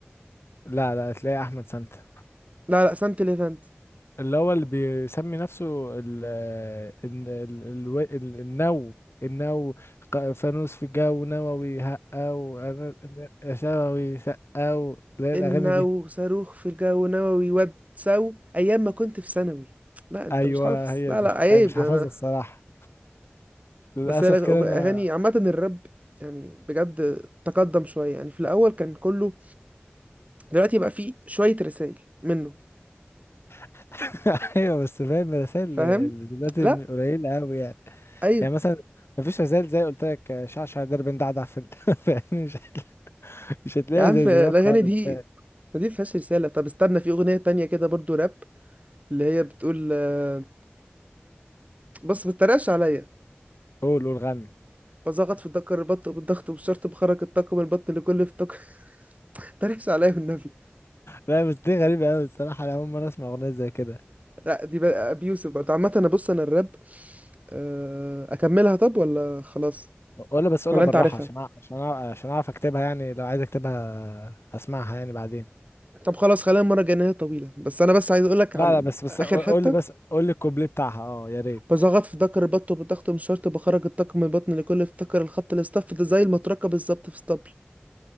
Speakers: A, on the left; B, on the right.
A: لا لا تلاقي احمد سانتا
B: لا لا سانت ليفانت
A: اللي هو اللي بيسمي نفسه ال ال ال ال ال النو النو ق- فانوس في الجو نووي هقة وأنا ثووي سقة و- اللي هي
B: النو
A: الأغاني دي
B: صاروخ في الجو نووي ود سو ايام ما كنت في ثانوي لا انت
A: أيوه
B: مش حافظ
A: هي
B: لا
A: دي
B: لا عيب
A: أنا مش حافظها
B: انا
A: الصراحة للأسف
B: بس هي الأغ-
A: كده
B: اغاني
A: أنا
B: عامه الراب يعني بجد تقدم شويه يعني في الاول كان كله دلوقتي بقى فيه شويه رسائل منه
A: <laughs> أيوه بس فاهم الرسائل اللي
B: فاهم
A: اللي دلوقتي
B: لا
A: قليلة أوي يعني
B: ايوه
A: يعني مثلا مفيش رسائل زي قلت لك شعشع درب دعدع في ال- <laughs> فاهم مش مش هتلاقي
B: يا عم
A: زي
B: الاغاني
A: زمان خالص
B: دي ما دي فيهاش رساله طب استنى في اغنيه تانية كده برضو راب اللي هي بتقول آه، بص ما تتريقش عليا
A: قول قول غني
B: بزغط في الدكر البط بالضغط والشرط بخرج الطاقم البطن لكل في طاقم <laughs> تريقش عليا والنبي
A: لا بس دي غريبة أوي الصراحة أنا أول مرة أسمع أغنية زي كده
B: لا دي بقى ابي يوسف برضه عامة انا بص انا الراب آه، اكملها طب ولا خلاص
A: قولها بس قولها
B: ولا
A: بالراحة
B: انت عارفها
A: عشان أع- عشان أع- عشان أعرف أكتبها يعني لو عايز أكتبها أسمعها يعني بعدين
B: طب خلاص خلينا المرة الجاية إن هي طويلة بس انا بس عايز اقولك
A: لا
B: عن
A: لا بس بس
B: اخر
A: قو-
B: حتة
A: قول لي بس قول لي الكوبليه بتاعها أه يا ريت
B: بزغط في ذكر البط بالضغط من شرط بخرج الطاقم من البطن لكل افتكر الخط الاصطف ده زي المطرقة بالظبط في اسطبل